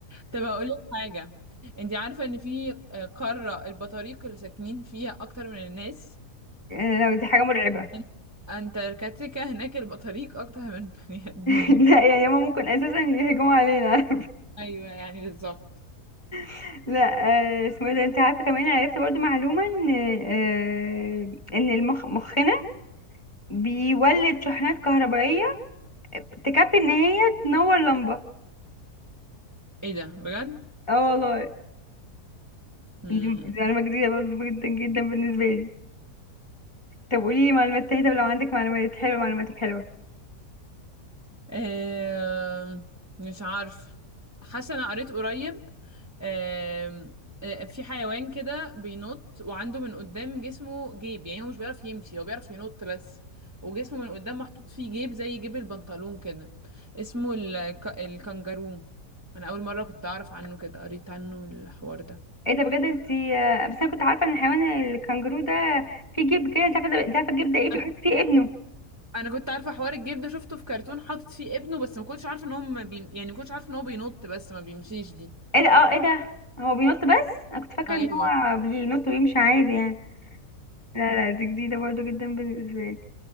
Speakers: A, on the right; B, on the left.
A: طب هقول لك حاجه انت عارفه ان في آه، قاره البطاريق اللي ساكنين فيها اكتر من الناس
B: يعني لو دي حاجة مرعبة
A: أن- انتاركتيكا هناك البطاريق اكتر من البني ادمين
B: <laughs> لا يعني هما ممكن اساسا يهجموا علينا
A: ايوه يعني بالظبط
B: <laughs> لا آه، اسمه ايه ده انت عارفة كمان عرفت برضو معلومة ان آه، ان المخ مخنا بيولد شحنات كهربائية تكفي ان هي تنور لمبة
A: ايه ده بجد
B: اه والله
A: مم.
B: دي دي معلومة جديدة برضو جدا جدا بالنسبة لي طب قولي لي معلومات تانية طب لو عندك معلومات حلوة معلوماتك حلوة
A: آم، مش عارف حاسه انا قريت قريب آم، آه، في حيوان كده بينط وعنده من قدام جسمه جيب يعني هو مش بيعرف يمشي هو بيعرف ينط بس وجسمه من قدام محطوط فيه جيب زي جيب البنطلون كده اسمه الك... الكنجارو انا اول مره كنت اعرف عنه كده قريت عنه الحوار ده
B: ايه ده بجد انت آه، بس انا كنت عارفة ان حيوان الكنجرو ده في جيب كده انت عارفة ده- انت عارفة الجيب ده ايه
A: انا
B: بيحط فيه ابنه
A: أنا كنت عارفه حوار الجيب ده شفته في كرتون حاطط فيه ابنه بس ما كنتش عارفه ان هو ما بي... يعني ما كنتش عارفه ان هو بينط بس ما بيمشيش دي
B: ايه ده اه ايه ده هو بينط بس انا كنت فاكره
A: ايوه
B: ان هو بينط ويمشي عادي يعني لا لا دي جديده برضو جدا بالنسبه لي